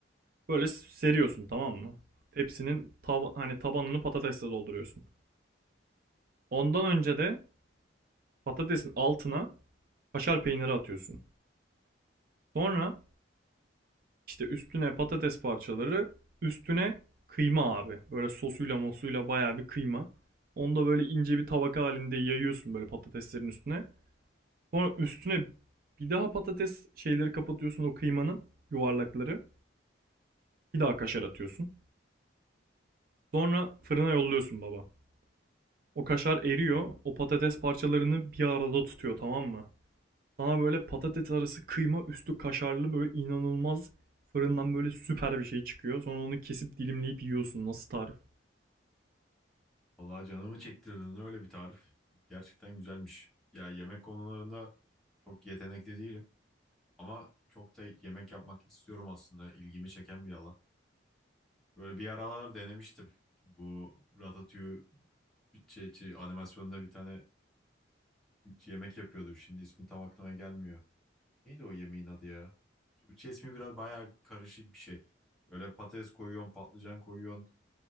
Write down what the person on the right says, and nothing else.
böyle seriyorsun tamam mı? Tepsinin tava- hani tabanını patatesle dolduruyorsun. Ondan önce de patatesin altına kaşar peyniri atıyorsun. Sonra İşte üstüne patates parçaları, üstüne kıyma abi. Böyle sosuyla mosuyla bayağı bir kıyma. Onu da böyle ince bir tabaka halinde yayıyorsun böyle patateslerin üstüne. Sonra üstüne bir daha patates şeyleri kapatıyorsun o kıymanın yuvarlakları. Bir daha kaşar atıyorsun. Sonra fırına yolluyorsun baba. O kaşar eriyor.
O patates parçalarını bir arada tutuyor tamam mı? Sana böyle patates arası kıyma üstü kaşarlı böyle inanılmaz fırından böyle süper bir şey çıkıyor. Sonra onu kesip dilimleyip yiyorsun. Nasıl tarif?